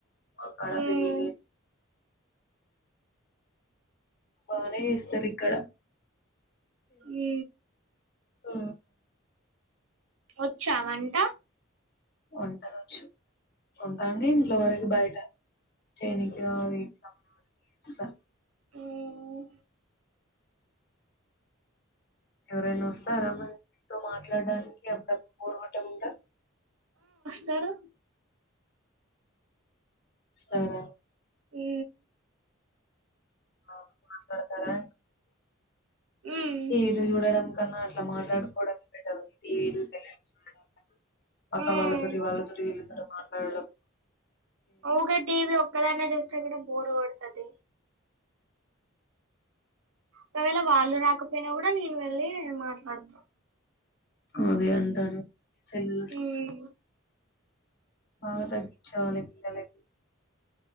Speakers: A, on the left; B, on the right.
A: అక్కడా
B: మ్మ్
A: పెల్లిలే బానే ఇస్తరి అక్కడ
B: ఈ
A: ఆ
B: వచ్చా వంటా
A: వంటలువచ్చు వంటండి ఇంట్లో వరకు బయట చేనికి రాదు ఇంట్ల మన వరికీ చేస్తా
B: మ్మ్
A: ఎవరైన వస్తరా మరి మీతో మాట్లాడడానికి అడ <unintelligible> బోరుకోటకుంట
B: సారు
A: వస్తర
B: ఈ
A: నాత్ మాట్లాడతారా
B: మ్మ్
A: టివిలు చూడడం కన్నా అట్లా మాట్లాడు పొడమ్ బేటారు టీవీలు సెల్లులు చూడడమ్ కంటే పక్క
B: మ్మ్
A: వాళ్ళతోటి వాళ్ళతోటి వీళ్ళతోటి మాట్లాడం
B: ఊకె టీవీ ఒక్క దానే చూస్తే కూడా బోరు కొడతది ఒక వేళ వాళ్ళు రాకపోయినా కూడా నేను వెళ్ వెళ్లి మాట్లాడతా
A: అదే అంటాన సెల్
B: మ్మ్
A: బాగా తగ్గించాలి పిల్లలకి